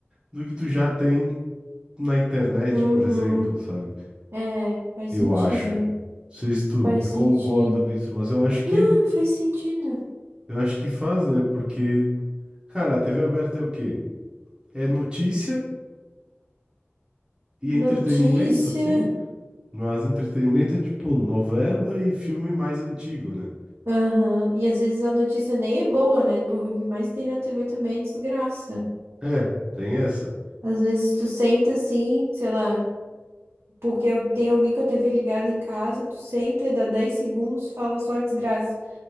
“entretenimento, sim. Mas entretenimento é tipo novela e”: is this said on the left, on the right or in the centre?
Right